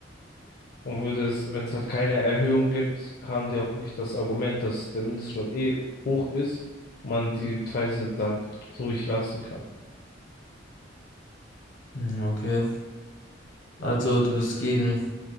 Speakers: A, on the left (about 50°); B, on the left (about 75°).
A: Und würde es, wenn es halt keine Erhöhung gibt, haben die auch nicht das Argument, dass der Mindestlohn eh hoch ist und man die Preise dann ruhig lassen kann.
B: Hm, Okay. Also du bist gegen